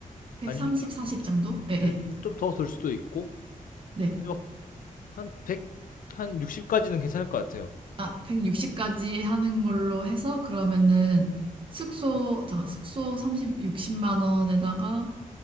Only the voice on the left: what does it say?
아니면
네, 좀더 될 수도 있고,
막 한1한 60까지는 괜찮을 것 같아요.